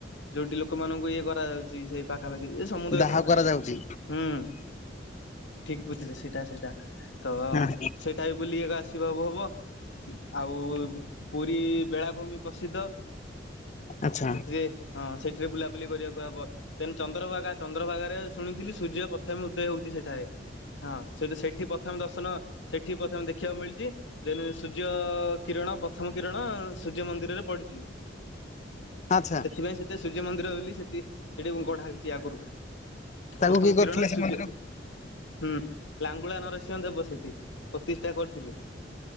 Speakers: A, on the left; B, on the left.
A: ଯୋଉଠି ଲୋକମାନଙ୍କୁ ଇଏ କରାଯାଉଛି ସେଇ ପା ପାଖାପାଖି ଏ ସମୁଦ୍ର
B: ଦାହ
A: ପାଖରେ
B: କରାଯାଉଛି
A: ହୁଁ ଠିକ ବୁଝିଲେ ସେଇଟା ସେଇଟା। ତ ଅଁ
B: ହଁ
A: ସେଇଟା ବି ବୁଲିବା ଆସ ସବୁ ହବ ଉ ଆଉ ପୁରୀ ବେଳାଭୂମି ପ୍ରସିଦ୍ଧ।
B: ଆଚ୍ଛା
A: ସେଥିରେ ହଁ ସେଇଥିରେ ବୁଲାବୁଲି କରିଆକୁ <unintelligible> ହବ ଦେନ ଚନ୍ଦ୍ରଭାଗା ଚନ୍ଦ୍ରଭାଗାରେ ଶୁଣିଥିଲି ସୂର୍ଯ୍ୟ ପ୍ରଥମେ ଉଦୟ ହଉଛି ସେଠାରେ। ହଁ ସେଇଠୁ ସେଇଠି ପ୍ରଥମେ ଦର୍ଶନ ସେଠି ପ୍ରଥମେ ଦେଖିବାକୁ ମିଳି ଅଛି ଦେନ ସୂର୍ଯ୍ୟ କିରଣ ପ୍ରଥମ କିରଣ ସୂର୍ଯ୍ୟ ମନ୍ଦିରରେ ପଡୁଛି।
B: ଆଚ୍ଛା।
A: ସେଥିପାଇଁ ସେଠି ସୂର୍ଯ୍ୟ ମନ୍ଦିର ବୋଲି ସେଟି ସେଠି ଏବଂ ଗଢା ହୋଇଛି ଆଗରୁ।
B: ତାଙ୍କୁ
A: ପ୍ରଥମ
B: କିଏ
A: କିରଣ
B: କରିଥିଲେ ସେ
A: ସୂର୍ଯ୍ୟ
B: ମନ୍ଦିରକୁ
A: ହୁଁ। ଲାଙ୍ଗୁଳା ନରସିଂହ ଦେବ ସେଇଠି ପ୍ରତିଷ୍ଠା କରିଥିଲେ।